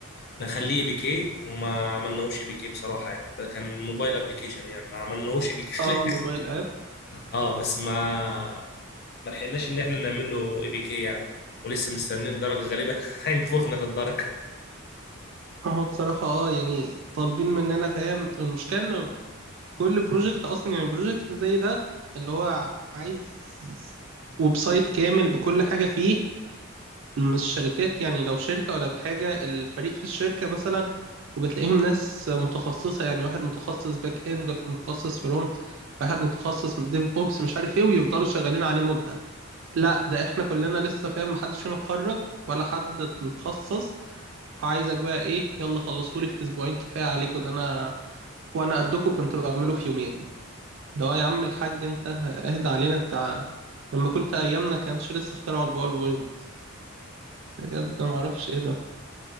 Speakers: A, on the left (about 50°); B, on the right (about 60°).
A: نخليه اي بي كي وما عملناهوش اي بي كي بصراحه يعني ده كان موبايل ابلكيشن يعني ما عملناهوش اي بي كي <laughs>
B: اه موبايل اب
A: اه بس ما ما لحقناش ان احنا نعمل له اي بي كي يعني ولسه مستنيين الدرجه غالبا <laughs> هينفخنا في الدرجه
B: هو بصراحه اه يعني طالبين مننا فاهم المشكله انه كل بروجكت اصلا يعني بروجكت زي ده اللي هو ع- عايز ويب سايت كامل بكل حاجه فيه مش شركات يعني لو شركة ولا في حاجة الفريق في الشركة مثلا وبتلاقيهم ناس متخصصة يعني واحد متخصص باك اند واحد متخصص فرونت واحد متخصص من ديف اوبس مش عارف ايه ويفضلوا شغالين عليه مدة لا ده احنا كلنا لسه فاهم محدش فينا اتخرج ولا حد متخصص وعايزك بقى ايه يلا خلصهولي في اسبوعين كفاية عليكم ده انا وانا قدكم كنت بعمله في يومين لو يا عم الحاج انت اهدى علينا انت لما كنت ايامنا كانش لسه اخترعوا الباوربوينت بجد ما اعرفش ايه ده